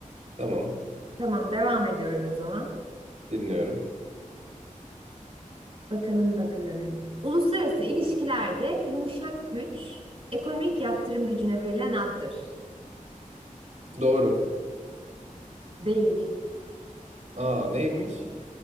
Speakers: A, on the right; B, on the right.
A: Tamam.
B: Tamam, devam ediyorum o zaman.
A: Dinliyorum.
B: Bakalım bakalım. Uluslararası ilişkilerde yumuşak güç, ekonomik yaptırım gücüne verilen addır.
A: Doğru.
B: Değil.
A: Aa neymiş?